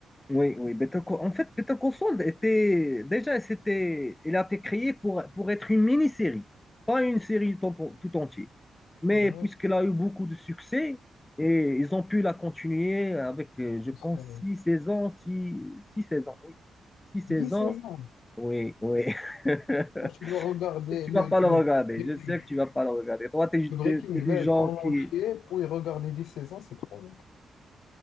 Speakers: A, on the left; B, on the left.
A: Oui, oui. Better Call- En fait, Better Call Saul était déjà, c'était, il a été créé pour, pour être une mini-série, pas une série tout, tout entière. Mais
B: Ben,
A: puisqu'elle a eu beaucoup de succès, et ils ont pu la continuer avec, euh, je pense,
B: une
A: six saisons, six, six saisons, oui. Six saisons,
B: saisons.
A: oui, oui. <laughs> Je
B: Quand tu dois regarder
A: sais que tu
B: le,
A: vas pas
B: le,
A: le regarder.
B: Breaking
A: Je sais que tu vas pas le regarder. Toi, t'es,
B: le Breaking
A: t'es, t'es du
B: Bad
A: genre
B: en
A: qui,
B: entier, pour y regarder 10 saisons, c'est trop, mec.